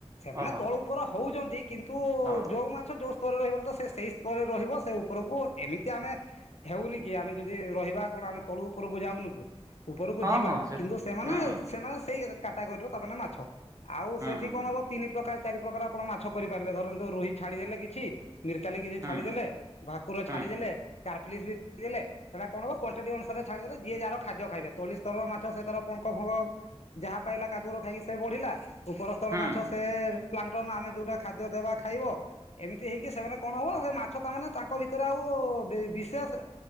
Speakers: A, on the left; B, on the right.
A: ସେମାନେ
B: ଓହୋ
A: ତଳ
B: ହୋ
A: ଉପରେ ହଉଛନ୍ତି କିନ୍ତୁ-ଉ-ଉ
B: ହଁ
A: ଯୋଉ ମା ଛ ଯୋଉ ସ୍ତରରେ ରହିବା କଥା ସେ- ସେଇ ସ୍ତରରେ ରହିବ ସେ ଉପରକୁ ଏମିତି ଆମେ। ହେଉନି କି ଆମେ ଯଦି ରହିବା କଣ ଆମେ ତଳୁ ଉପରକୁ ଯାଉନୁ କୁ ଉପରକୁ
B: ହଁ
A: ଯିବା
B: ହଁ ସେଇଟା
A: କିନ୍ତୁ ସେମାନେ
B: ହଁ
A: ସେମାନେ ସେଇ କାଟା ଗରିର ତାମାନେ ମାଛ। ଆଉ ସେଠି
B: ହଁ
A: କଣ
B: ହଁ
A: ହବ ତିନି ପ୍ରକାର ଚାରି ପ୍ରକାର ଆପଣ ମାଛ କରିପାରିଲେ ଧରନ୍ତୁ ରୋହି ଛାଡିଦେଲେ କିଛି। ମିର୍କାଲି ଗିରି
B: ହଁ
A: ଛାଡି ଦେଲେ, ଭାକୁର
B: ହଁ
A: ଛାଡିଦେଲେ,
B: ହଁ ହଁ
A: କାର୍ପଲିସ୍ ବି ଦେଲେ ସେଟା କଣ ହବ କ୍ୱାଣ୍ଟି ଅନୁସାରେ ଛାଡ଼ିଦଲେ ଯିଏ ଯାହାର ଖାଦ୍ୟ ଖାଇବେ ତଳି ସ୍ରର ମା ମାଛ ସେ ତର ପଙ୍କ ଫଙ୍କ ଯାହା ପାଇଲା କାଦୁଅରୁ ଖାଇକି ସେ ବଢ଼ିଲା ଉପରସ୍ତର
B: ହଁ
A: ମାଛ ସେଏ ପ୍ଲାଟନ ଆମେ ଯୋଉଟା ଖାଦ୍ୟ ଦେବା ଖାଇବ। ଏମିତି ହେଇକି ସେମାନେ କଣ ହବ ସେ ମାଛ ତ ମାନେ ତାଙ୍କ ଭିତରେ ଆଉ ବି-ବିଶେଷ